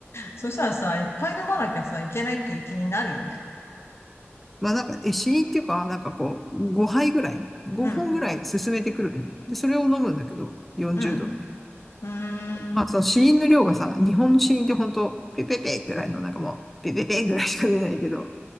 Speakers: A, on the left; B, in the centre.
A: そしたらさ、いっぱい飲まなきゃさ、いけないっていう気になるよね。
B: まあなんか、え、試飲っていうか、なんかこう、5杯ぐらい、5本ぐらい進めてくるのよ。
A: うん。
B: で、それを飲むんだけど、40ドルで。
A: うん。うーん。
B: まあ、その子音の量がさ、日本の子音って本当ペペペぐらいの、なんかもう、ペペペぐらいしか出ないけど、